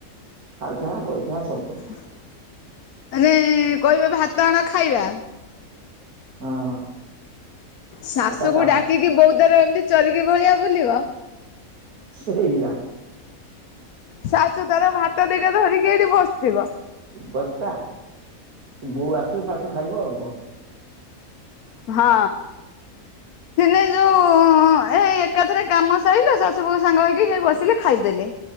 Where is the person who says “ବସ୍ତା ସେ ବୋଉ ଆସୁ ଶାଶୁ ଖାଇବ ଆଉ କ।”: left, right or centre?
Right